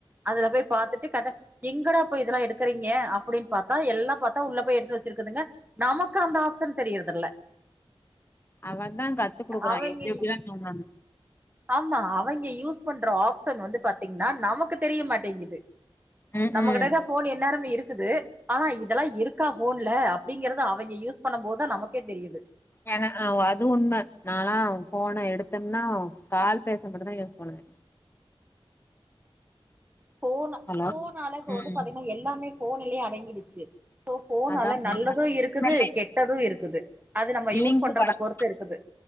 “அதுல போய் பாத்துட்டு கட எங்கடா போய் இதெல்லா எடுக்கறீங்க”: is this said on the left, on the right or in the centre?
Right